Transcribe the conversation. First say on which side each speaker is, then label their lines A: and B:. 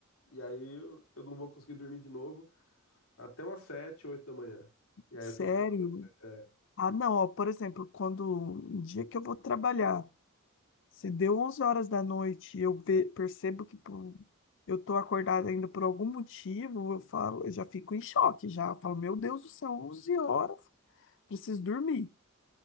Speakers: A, on the left (about 75°); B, on the left (about 60°).
A: e aí eu, eu não vou conseguir dormir de novo até umas 7 8 da manhã. E aí
B: sério.
A: eu tenho que fazer alguma coisa. É,
B: Ah, não, ó, por exemplo, quando um dia que eu vou trabalhar, Se deu 11 horas da noite e eu ve- percebo que pô, eu tô acordada ainda por algum motivo, eu falo, eu já fico em choque já. Eu falo, meu Deus do céu, 11 horas, preciso dormir